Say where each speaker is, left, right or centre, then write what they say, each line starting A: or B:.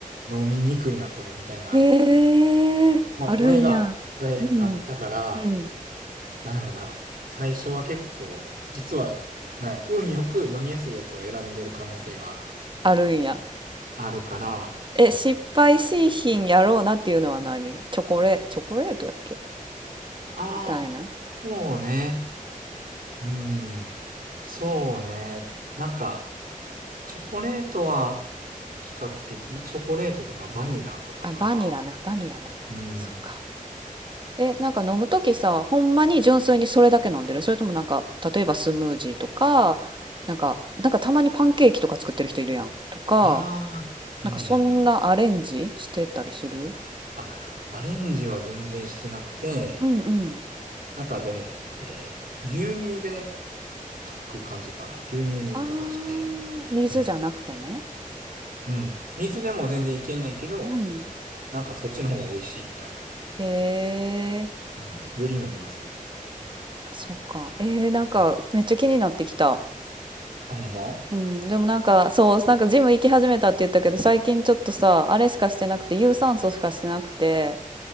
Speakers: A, on the right; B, on the right.
A: 飲みにくいな、これ、みたいな。
B: へえ、
A: まあ、
B: あるんや。
A: 俺があったあったから、
B: うん、うん、
A: なんやろな、最初は結構、実は、なんや運よく飲みやすいやつを選んでる可能性が
B: あるんや。
A: あるから、
B: え、失敗しいひんやろうなっていうのは何チョコレ、チョコレートやっけ
A: ああー、
B: みたいな。
A: そうね、うん、そうね、なんか、チョコレートは比較的、チョコレートとかバニラとかかな。
B: あ、バニラな、バニラな。
A: うん。
B: そっか。え、なんか飲むときさ、ほんまに純粋にそれだけ飲んでるそれともなんか、例えばスムージーとか、なんか、なんかたまにパンケーキとか作ってる人いるやん。とか、
A: ああ、
B: なんかそんなアレンジしてたりする
A: うんうんうん。あ、アレンジは全然してなくて、
B: うんうん。
A: なんかでも、えー牛乳で溶く感じかな。牛乳に溶かして、
B: あー、水じゃなくてね。
A: うん。うん。水でも全然いけんねんけど、
B: うん。
A: なんかそっちの方が美味しいみたいな。
B: へえ、
A: うん。より飲みやすい。
B: そっか。えー、なんかめっちゃ気になってきた。
A: うん。あ、ほんま
B: うん、でもなんかそう、なんかジム行き始めたって言ったけど、最近ちょっとさ、あれしかしてなくて、有酸素しかしてなくて、